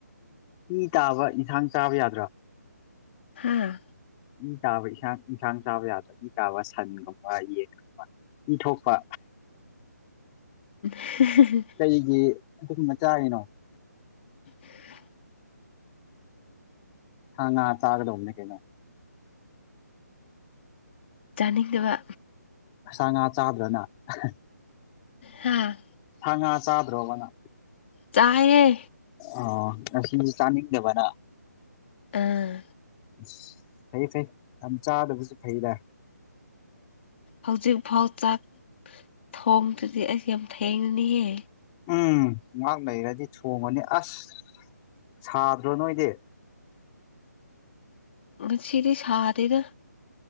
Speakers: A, on the left (about 20°); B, on the left (about 40°).
A: ꯏ ꯏ ꯇꯥꯕ ꯏꯟꯁꯥꯡ ꯆꯥꯕ ꯌꯥꯗ꯭ꯔꯥ
B: ꯍꯥꯥ
A: ꯏ ꯇꯥꯕ ꯏꯟꯁꯥꯡ ꯏꯟꯁꯥꯡ ꯆꯥꯕ ꯌꯥꯗ꯭ꯔꯣ ꯏ ꯀꯥꯕ ꯁꯟꯒꯨꯝꯕ ꯌꯦꯟꯒꯨꯝꯕ ꯏ ꯊꯣꯛꯄ
B: ꯍꯦꯍꯦꯍꯦ
A: ꯀꯩꯒꯤ ꯑꯗꯨꯨꯝꯕ ꯃꯆꯥꯔꯤꯅꯣ
B: <inaudible>
A: ꯍꯥꯡ ꯉꯥ ꯆꯥꯒꯗꯧꯅꯦ ꯀꯩꯩꯅꯣ
B: ꯆꯥꯅꯤꯡꯗꯕ
A: ꯁꯥ ꯉꯥ ꯆꯥꯗ꯭ꯔꯅ ꯑꯍꯥ
B: ꯍꯥꯥ
A: ꯊ ꯉꯥ ꯆꯥꯗ꯭ꯔꯣꯕꯅ
B: ꯆꯥꯏꯌꯦ
A: ꯑ ꯑꯁꯤ ꯆꯥꯅꯤꯡꯗꯕ ꯅꯪ
B: ꯑꯥ
A: ꯑꯁ ꯐꯩ ꯐꯩ ꯌꯥꯝ ꯆꯥꯗꯕꯁꯨ ꯐꯩꯗ
B: ꯍꯧꯖꯤꯛꯐꯥꯎ ꯆꯥꯛ ꯊꯣꯡꯗ꯭ꯔꯤꯗꯤ ꯑꯩꯁ ꯌꯥꯝ ꯐꯦꯡꯅꯦꯍꯦ
A: ꯎꯝ ꯉꯍꯥꯛ ꯂꯩꯩꯔꯗꯤ ꯊꯣꯡꯉꯅꯤ ꯑꯁ ꯁꯥꯗ꯭ꯔꯣ ꯅꯣꯏꯗꯤ
B: ꯉꯁꯤꯗꯤ ꯁꯥꯗꯦꯗ